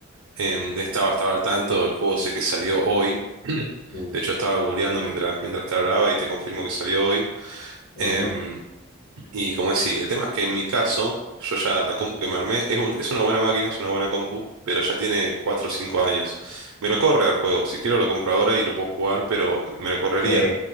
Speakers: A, on the right; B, on the left.
A: em, estaba, estaba al tanto, el juego sé que salió hoy. <clears throat>
B: mm,
A: De hecho, estaba googleando mientras, mientras te hablaba y te confirmo que salió hoy.
B: ujú,
A: Em, y como decía, el tema es que en mi caso, yo ya la compu que me armé es, un- es una buena máquina, es una buena compu, pero ya tiene 4 o 5 años. Me lo corre al juego, si quiero lo compro ahora y lo puedo jugar, pero me lo correría.
B: Sí,